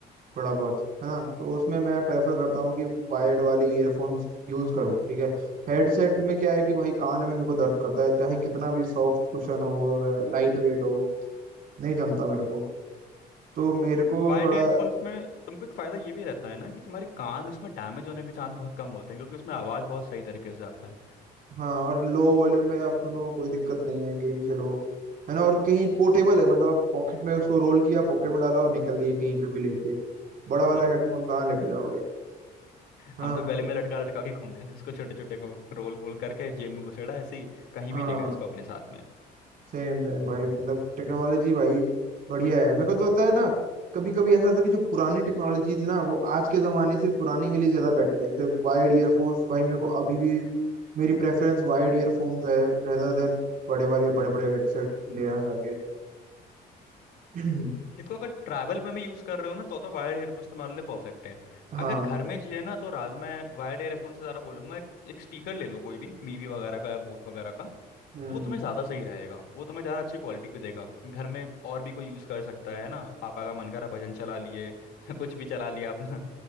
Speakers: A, on the right (about 55°); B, on the left (about 75°).
A: थोड़ा बहुत है ना तो उसमें मैं प्रेफर करता हूँ कि वायर्ड वाले ईयरफोन्स यूज करूँ ठीक है हेडसेट में क्या है कि भाई कान में मेरे को दर्द करता है चाहे कितना भी सॉफ्ट कुशन हो लाइट वेट हो नहीं जमता मेरे को तो मेरे को
B: वायर्ड
A: थोड़ा
B: एयरफोन्स में तुमको एक फ़ायदा ये भी रहता है ना कि तुम्हारे कान उसमें डैमेज होने के चांस बहुत कम होते हैं क्योंकि उसमें आवाज़ बहुत सही तरीके से आता है
A: हाँ और लो वॉल्यूम में आप सुनो कोई दिक्कत नहीं है गेम खेलो है ना और कहीं पोर्टेबल है मतलब आप पॉकेट में उसको रोल किया पॉकेट में डाला और निकल लिए कहीं पे भी लेके बड़ा वाला
B: हाँ
A: हेडफोन कहाँ लेके जाओगे है ना
B: हम तो गले
A: तो
B: में लटका लटका के घूमते थे उसको छोटे छोटे को रोल वोल करके जेब में घुसेड़ा ऐसे ही कहीं
A: हाँ
B: भी ले गए उसको अपने साथ में
A: सेम सेम भाई मतलब टेक्नोलॉजी भाई बढ़िया है मेरे को तो होता है ना कभी कभी ऐसा होता है कि जो पुरानी टेक्नोलॉजी थी ना वो आज के जमाने से पुरानी वाली ज्यादा बेटर है जैसे वायर्ड ईयरफोन्स भाई मेरे को अभी भी मेरी प्रेफरेंस वायर्ड ईयरफोन्स है रेदर देन बड़े वाले बड़े बड़े हेडसेट लेना करके <clears throat>
B: देखो अगर ट्रैवल में भी यूज कर रहे हो ना तो तो वायर्ड एयरफोन्स तुम्हारे लिए परफेक्ट है
A: हाँ
B: अगर घर में जिए ना तो रात में वायर्ड एयरफोन से ज्यादा बोलूंगा एक, एक स्पीकर ले लो कोई भी मीवी वगैरह का या बोट वगैरह का
A: हम्म
B: वो तुम्हें ज्यादा सही रहेगा वो तुम्हें ज्यादा अच्छी क्वालिटी भी देगा घर में और भी कोई यूज कर सकता है ना पापा का मन करा भजन चला लिए <laughs> कुछ भी चला लिया अपना